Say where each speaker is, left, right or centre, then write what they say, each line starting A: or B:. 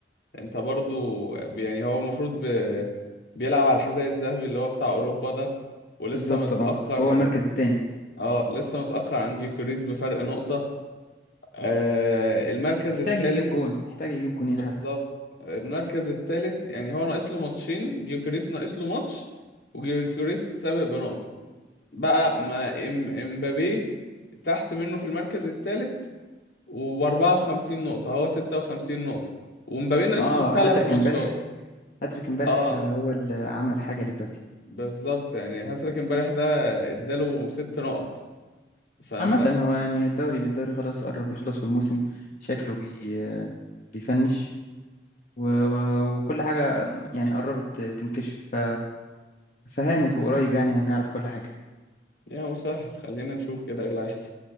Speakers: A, on the left; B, on the left.
A: انت برضو يعني هو المفروض ب... بيلعب على الحذاء الذهبي اللي هو بتاع اوروبا ده ولسه
B: بالظبط
A: متأخر
B: اه هو المركز التاني
A: اه لسه متأخر عن جيوكريس بفرق نقطة آه المركز
B: محتاج
A: الثالث
B: يجيب جون محتاج يجيب جونين
A: بالظبط
B: حتى
A: المركز الثالث يعني هو ناقص له ماتشين جيوكريس ناقص له ماتش وجيوكريس سابق بنقطة بقى ما ام- امبابي تحت منه في المركز الثالث وب 54 نقطة هو 56 نقطة ومبابي ناقص
B: اه
A: له ثلاث
B: هاتريك
A: ماتشات
B: امبارح هاتريك امبارح
A: اه
B: آه، هو اللي عمل حاجة لمبابي
A: بالظبط يعني هاتريك امبارح ده اداله ست نقط فانت
B: عامة هو يعني الدوري الدوري خلاص قرب يخلص والموسم شكله بي بيفنش و... وكل حاجة يعني قربت تنكشف ف... فهانت وقريب يعني هنعرف كل حاجة
A: يا مسهل خلينا نشوف كده ايه اللي هيحصل